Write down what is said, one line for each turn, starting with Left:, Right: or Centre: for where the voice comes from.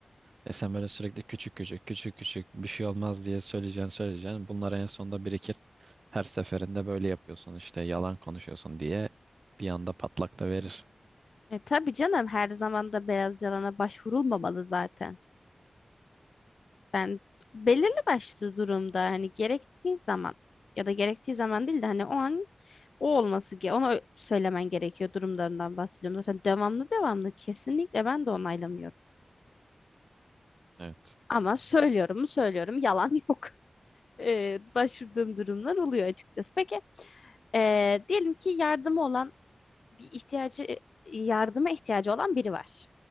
Right: E sen böyle sürekli küçük küçük küçük küçük bir şey olmaz diye söyleyeceksin söyleyeceksin. Bunlar en sonunda birikir. Her seferinde böyle yapıyorsun işte yalan konuşuyorsun diye bir anda patlak da verir.
Left: E, tabii canım her zaman da beyaz yalana başvurulmamalı zaten. Ben belirli başlı durumda hani gerektiği zaman ya da gerektiği zaman değil de hani o an o olması ge ona söylemen gerekiyor durumlarından bahsediyorum. Zaten devamlı devamlı kesinlikle ben de onaylamıyorum.
Right: Evet.
Left: Ama söylüyorum mu söylüyorum yalan yok. <laughs> Ee, başvurduğum durumlar oluyor açıkçası. Peki ee, diyelim ki yardımı olan bir ihtiyacı yardıma ihtiyacı olan biri var.